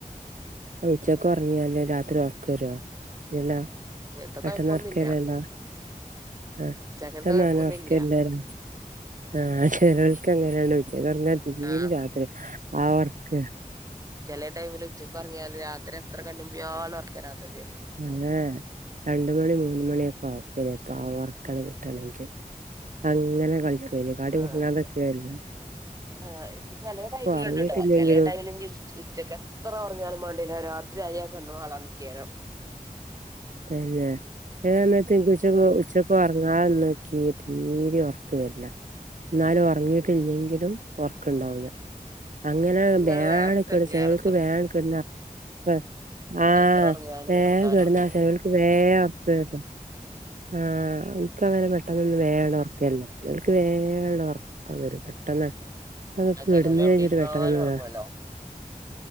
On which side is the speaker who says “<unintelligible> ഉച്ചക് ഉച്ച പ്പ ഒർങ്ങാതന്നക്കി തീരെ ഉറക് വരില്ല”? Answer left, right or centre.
Right